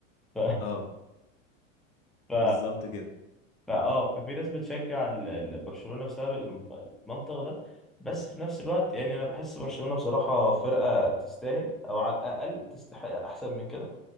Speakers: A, in the centre; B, on the left.
A: ف...
B: اه
A: ف...
B: بالظبط كده
A: فاه ففي ناس بتشجع ال- ال- برشلونة بسبب الم- المنطق ده بس في نفس الوقت يعني انا بحس برشلونة بصراحة فرقة تستاهل او على الاقل تستحق احسن من كده